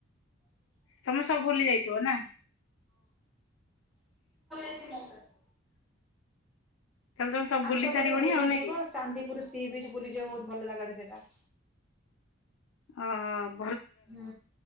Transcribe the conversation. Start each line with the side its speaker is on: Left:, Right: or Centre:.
Left: ତମେ ସବୁ ବୁଲି ଯାଇଥିବ ନା?
Centre: <unintelligible>
Left: ତାହେଲେ ତମେ ସବୁ
Centre: ଆସ
Left: ବୁଲି ସାରିବଣି
Centre: କେବେ ବୁଲିଯିବ
Left: ଆଉ ନାଇଁ କି?
Centre: ଚାନ୍ଦିପୁର ସି ବିଚ ବୁଲିଯିବ ବୋହୁତ ଭଲ ଜାଗାଟେ ସେଟା।
Left: ହଁ ହଉ
Centre: ହୁଁ